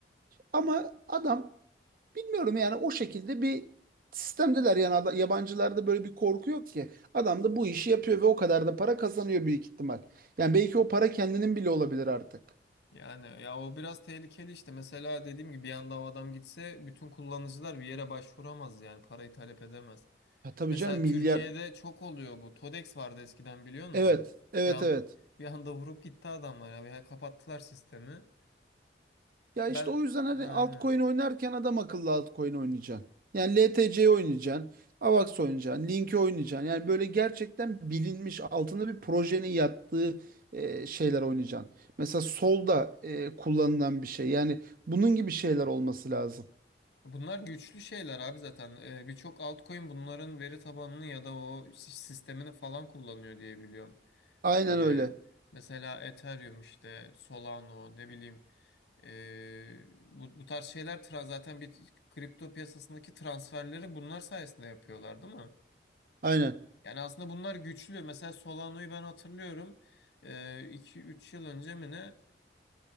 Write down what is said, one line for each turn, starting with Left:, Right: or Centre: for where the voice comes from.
Right: ama adam Bilmiyorum yani o şekilde bir sistemdeler yani ada- yabancılarda böyle bir korku yok ki. Adam da bu işi yapıyor ve o kadar da para kazanıyor büyük ihtimal. Yani belki o para kendinin bile olabilir artık.
Left: Yani ya o biraz tehlikeli işte. Mesela dediğim gibi bir anda o adam gitse bütün kullanıcılar bir yere başvuramaz yani parayı talep edemez.
Right: Ha, tabii
Left: Mesela
Right: canım milyar.
Left: Türkiye'de çok oluyor bu. Todex vardı eskiden biliyor musun
Right: Evet,
Left: abi?
Right: evet,
Left: Bir an
Right: evet.
Left: bir anda vurup gitti adamlar ya. Bir- Kapattılar sistemi.
Right: Ya
Left: Ben
Right: işte o yüzden hani
Left: aynen.
Right: altcoin oynarken adam akıllı altcoin oynayacaksın. Yani LTC oynayacaksın, AVAX oynayacaksın, Link'i oynayacaksın. Yani böyle gerçekten bilinmiş altında bir projenin yattığı e, şeyler oynayacaksın. Mesela solda e, kullanılan bir şey. Yani bunun gibi şeyler olması lazım.
Left: Bunlar güçlü şeyler abi zaten. Ee, birçok altcoin bunların veri tabanını ya da o si- sistemini falan kullanıyor diye biliyorum.
Right: Aynen
Left: Ee,
Right: öyle.
Left: mesela Ethereum işte, Solano ne bileyim. Ee, bu, bu tarz şeyler tra- zaten bir kripto piyasasındaki transferleri bunlar sayesinde yapıyorlar değil mi?
Right: Aynen.
Left: Yani aslında bunlar güçlü. Mesela Solano'yu ben hatırlıyorum. Ee, iki üç yıl önce mi ne?